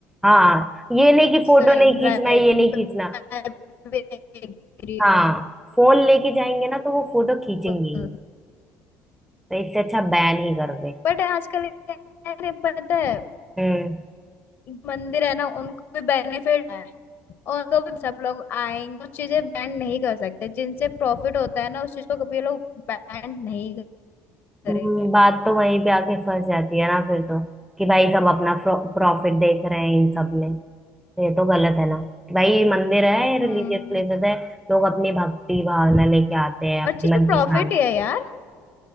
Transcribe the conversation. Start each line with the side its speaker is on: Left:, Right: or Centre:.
Centre: हाँ ये नहीं कि फोटो
Left: सही
Centre: नहीं खींचना
Left: राइट
Centre: ये नहीं
Left: मैं
Centre: खींचना
Left: भी agree
Centre: हाँ
Left: हूँ
Centre: फोन लेके जाएंगे ना तो वो फोटो खींचेंगे
Left: बिल्कुल
Centre: ही तो इससे अच्छा बैन ही कर दे
Left: बट आजकल यार ये पता है
Centre: हम्म
Left: मंदिर है ना उनको भी बेनिफिट है और कभी सब लोग आएंगे वो चीजें बैंड नहीं कर सकते जिनसे प्रॉफिट होता है ना उस चीज को कभी ये लोग बैंड नहीं करेंगे
Centre: हम्म, बात तो वहीं पे आके फंस जाती है ना फिर तो कि भाई सब अपना प्रॉफिट देख रहे हैं इन सब में तो ये तो गलत है ना कि भाई मंदिर है
Left: हम्म
Centre: रिलीजियस प्लेसेस है लोग अपनी भक्ति भावना लेके आते हैं
Left: हर
Centre: अपने
Left: चीज में
Centre: मन
Left: प्रॉफिट
Centre: की शांति
Left: ही है यार